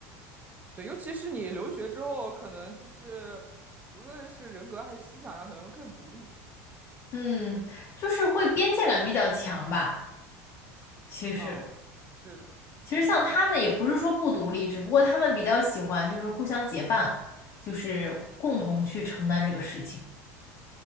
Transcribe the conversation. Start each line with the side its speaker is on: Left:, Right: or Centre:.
Right: 对，尤其是你留学之后，可能就是无论是人格还是思想上，可能更独立。
Left: 嗯，就是会边界感比较强吧。其实，
Right: 嗯，是的，
Left: 其实像他们也不是说不独立，只不过他们比较喜欢就是互相结伴，就是共同去承担这个事情。